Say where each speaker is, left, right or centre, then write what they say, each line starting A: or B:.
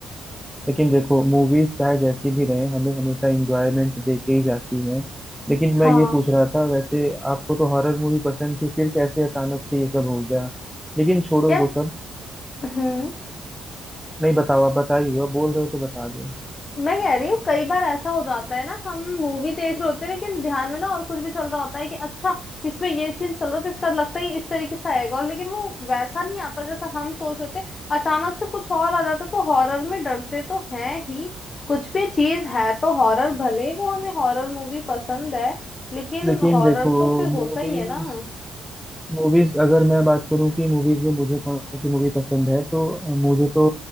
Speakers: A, in the centre; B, on the left.
A: लेकिन देखो मूवीज चाहे जैसी भी रहे हमें हमेशा इंजॉयमेंट दे के ही जाती हैं लेकिन मैं
B: हाँ
A: ये पूछ रहा था वैसे आपको तो हॉरर मूवी पसंद थी फिर कैसे अचानक से ये सब हो गया लेकिन छोड़ो
B: यार
A: वो सब
B: हम्म
A: नहीं बताओ आप बता ही दो आप बोल रहे हो तो बता दो
B: मैं कह रही हूँ कई बार ऐसा हो जाता है ना हम मूवी देख रहे होते हैं लेकिन ध्यान में ना और कुछ भी चल रहा होता है कि अच्छा इसमें ये सीन चल रहा है तो इसका लगता है ये इस तरीके से आएगा और लेकिन वो वैसा नहीं आता जैसा हम सोच रहे थे अचानक से कुछ और आ जाता है, तो हॉरर में डरते तो हैं ही कुछ भी चीज है तो हॉरर भले वो हमें हॉरर मूवी पसंद है लेकिन
A: लेकिन
B: हॉरर
A: देखो
B: तो फिर
A: मूवीज
B: होता ही है ना
A: मूवीज अगर मैं बात करूँ कि मूवीज में मुझे कौन सी मूवी पसंद है तो अ, मुझे तो